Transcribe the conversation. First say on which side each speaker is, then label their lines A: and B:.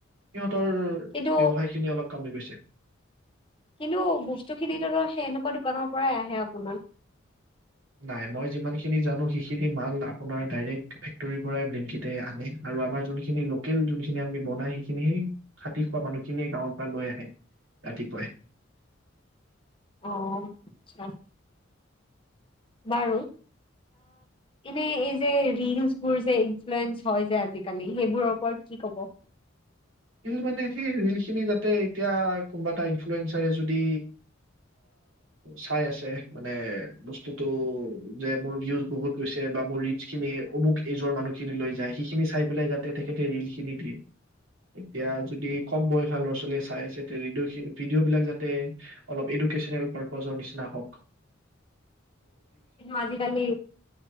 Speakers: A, on the right; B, on the left.
A: সিহঁতৰ
B: কিন্তু
A: ব্যৱসায় খিনি অলপ কমি গৈছে
B: কিন্তু বস্তু খিনিটো সেই এনেকুৱা দোকানৰ পৰাই আহে আপোনাৰ
A: নাই মই যিমান খিনি জানো সিখিনি মাল ডাইৰেক্ট ফেক্টৰীৰ পৰাই আনে বিলিংকেতে আনে আৰু আমাৰ লোকেল যি খিনি বনায় খাটি খোৱা মানুহ খিনিয়ে গাৱঁৰ পৰাই লৈ আহে ৰাতিপুৱাই।
B: অ' আচ্ছা। বাৰু এনে এই যে ৰিলচবোৰ যে ইনফ্লয়েঞ্চ হয় যে আজিকালি সেইবোৰৰ ওপৰত কি ক'ব?
A: মানে সেই ৰিল খিনি যাতে এতিয়া কোনোবা এটা ইনফ্লুৱেঞ্চাৰে যদি চাই আছে মানে বস্তুটো যে মোৰ ভিউজ বহুত গৈছে বা মোৰ ৰিলচখিনি অমুক এইজৰ নিজৰ মানুহখিন লৈ যায় সেইখিনি চাই পেলায় তেখেতে ৰীল খিনি দিয়ে। এতিয়া যদি কম বয়সৰ ল'ৰা ছোৱালীয়ে চাই আছে তেতিয়া' ভিডিঅ' বিলাক যাতে অলপ এডুকেচনেল পাৰপাজৰ নিচিনা হওঁক
B: কিন্তু আজিকালি